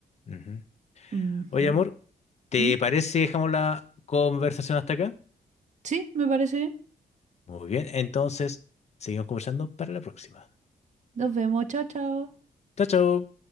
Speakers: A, on the left (about 45°); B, on the right (about 50°).
A: Ujú.
B: Ujú.
A: Oye, amor, ¿te
B: ¿Mm?
A: parece si dejamos la conversación hasta acá?
B: Sí, me parece bien.
A: Muy bien, entonces seguimos conversando para la próxima.
B: Nos vemos, chao, chao.
A: Chao, chao.